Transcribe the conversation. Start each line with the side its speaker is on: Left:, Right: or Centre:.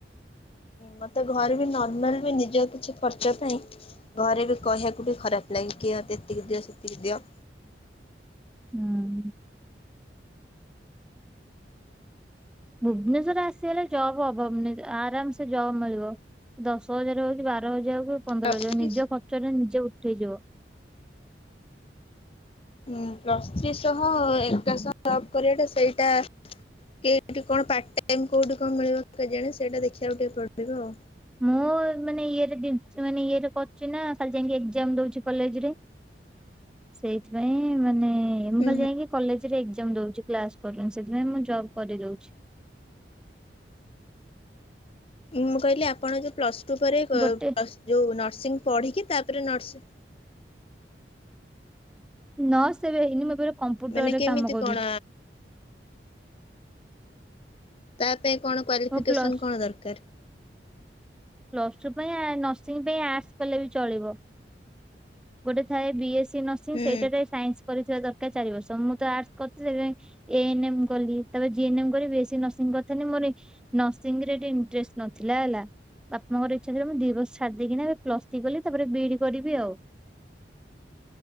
Left: ମତେ ଘରେ ବି ନର୍ମାଲ ବି ନିଜ କିଛି ଖର୍ଚ୍ଚ ପାଇଁ। ଘରେ ବି କହିବାକୁ ଟିକେ ଖରାପ ଲାଗେ। କିଏ ଏତିକି ଦିଅ ସେତିକି ଦିଅ।
Centre: ହୁଁ। ଭୁବନେଶ୍ଵରରେ ଆସିଗଲେ ଜବ୍ ହବ ଆରାମ୍ ସେ ଜବ୍ ମିଳିବ। ଦଶ ହଜାର ହଉ, କି ବାର ହଜାର ହଉ, କି ପନ୍ଦର
Left: ପ୍ଲସ୍
Centre: ହଜାର ହଉ,
Left: ଥ୍ରୀ
Centre: ନିଜ ଖର୍ଚ୍ଚ ରେ ନିଜେ ଉଠେଇଯିବ।
Left: ହଁ ପ୍ଲସ୍ ଥ୍ରି ଶହ ଏକାଶହ ଜବ୍ କରିବାଟା ସେଇଟା କେଠି କଣ ପାର୍ଟ ଟାଇମ୍ କୋଉଠି କଣ ମିଳିବ କେଜାଣେ ସେଇଟା ଦେଖିବାକୁ ଟିକେ ପଡ଼ିବ ଆଉ।
Centre: ମୁଁ ମାନେ ଇଏରେ ମାନେ ଇଏରେ କରୁଛି ନା ଖାଲି ଯାଇକି ଏକ୍ଜାମ୍ ଦଉଛି କଲେଜ ରେ।
Left: <unintelligible>
Centre: ସେଇଥିପାଇଁ ମାନେ ମୁଁ
Left: ହୁଁ
Centre: ଖାଲି ଯାଇକି କଲେଜ୍ ରେ ଏଜାମ୍ ଦଉଛି। କ୍ଲାସ୍ କରୁନି ସେଥିପାଇଁ ମୁଁ ଜବ୍ କରିରଉଛି।
Left: ମୁଁ କହିଲି ଆପଣ ଯେ ପ୍ଲସ୍ ଟୁ ପରେ ପ୍ଲ
Centre: ଗୋଟେ
Left: ଯେଉଁ ନର୍ସିଂ ପଢ଼ିକି ତାପରେ ନର୍ସି
Centre: ନର୍ସ ଏବେ ହେଇନି ମୁଁ ଏ କମ୍ପ୍ୟୁଟର୍
Left: ମାନେ
Centre: ରେ
Left: କେମିତି
Centre: କାମ କରୁଛି।
Left: କଣ ତା ପାଇଁ କଣ କ୍ୱଲିଫିକେସନ୍
Centre: ମୁଁ ପ୍ଲସ
Left: କଣ ଦରକାର୍?
Centre: ପ୍ଲସ୍ ଟୁ ପାଇ ନର୍ସିଂ ପାଇ ଆଟର୍ସ କଲେ ବି ଚଳିବ। ଗୋଟେ ଥାଏ ବିଏସ୍ ନର୍ସିଂ
Left: ହୁଁ
Centre: ସେଇଟା ରେ ସାଇନ୍ସ୍ କରିଥିବା ଦରକାର ଚାରି ବର୍ଷ ମୁଁ ତ ଆଟର୍ସ କରିଛି। ସେଥିପାଇଁ ଏ ନେମ୍ କଲି ତା ଜିଏନ୍ ଏମ୍ କରି ବେଶୀ ନର୍ସିଂ କରି ଥାନ୍ତି। ମୁଁ କହିଲି ନର୍ସିଂ ରେ ଟିକେ ଇଣ୍ଟରେଷ୍ଟ୍ ନଥିଲା ହେଲା। ବାପା ଙ୍କର ଇଛା ଥିଲା। ମୁ ଦି ବର୍ଷ ଛାଡିଦେଇକି ଏବେ ପ୍ଲସ୍ ଥ୍ରୀ କଲି ତାପରେ ବିଡ଼ି କରିବି ଆଉ।